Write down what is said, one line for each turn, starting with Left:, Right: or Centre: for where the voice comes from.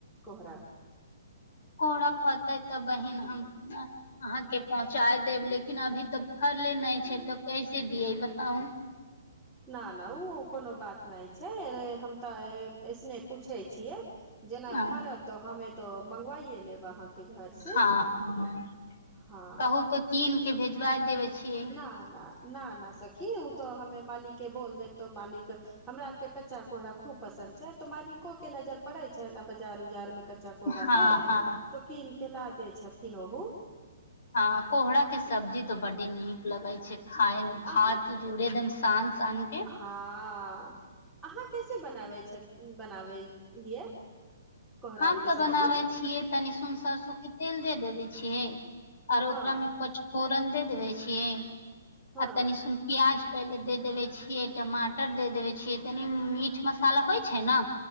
Centre: कोहरा
Left: कोहरा फरतै तऽ बहिन हम अहाँके पहुँचा देब लेकिन अभी तऽ फ फरले नै छै तो कैसे दिय बताउ
Centre: ना ना ओ कोनो बात नहि छै हम तऽ अऐसने पूछै छियै जेना
Left: हँ
Centre: फड़त तो हम ए तो मंगवाइे लेब अहाँके घरसँ
Left: हँ ह
Centre: हँ
Left: कहू तऽ कीन के भेजवा देबे छियै
Centre: ना ना ना ना सखी ओ तो हमे मालिक के बोल देब तो मालिक हमरा आर के कच्चा कोहराा खूब पसन्द छै तो मालिको के नजर पड़े छै ने बजार उजार मे कच्चा कोहरा
Left: हँ
Centre: पे
Left: हँ
Centre: तो कीन के ला दे छथिन ओहो
Left: हँ कोहराक के सब्जी तऽ बडी नीक लगै छै खााय मे भात
Centre: अहाँ
Left: जोड़े एकदम शान शान के
Centre: हँ अहाँ कैसे बनाबै छै बनाबै हियै कोहरा
Left: हम
Centre: आरके सब्जी
Left: तऽ बनाबे छियै तनी सरसों के तेल दे देबे छियै आरो
Centre: हँ
Left: ओकरा में पचफोरन दे देबे छियै
Centre: हँ
Left: आ तनी सुन प्याज पहिले दे देबे छियै टमाटर दे देबे छियै तनी मीट मसाला होइ छै ने